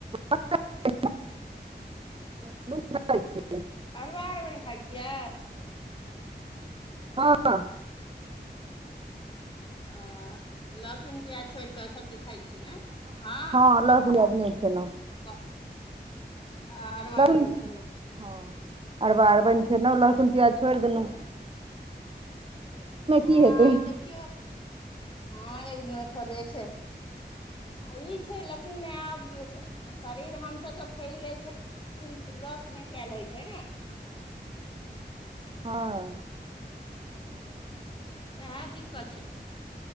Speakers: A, on the right; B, on the left.
A: <inaudible>
B: हलो
A: <unintelligible> छथिन
B: अरबा अरबैन खाइ छियै?
A: हँऽ।
B: अऽ लहसुन प्याज छोडी कऽ सब किछु खाइ छियै ने? हँ।
A: हाॅं लहसुन प्याज नैय खेलौं।
B: ब, अरबा
A: लहसुन
B: अरबैन खेलौं?
A: हँ, अरबा अरबैन खेलौं, लहसुन प्याज छोड़ि देलौं।
B: आ
A: की हेतै
B: देखियौ, हँ एक दिनमे थोड़े छै। आ ई छै लेकिन आब शरीर हम सब के फैल गेल छै किन ब्रॉत नैय कैऽल होइ छै न।
A: हँऽ।
B: सेहा दिक्कत छै।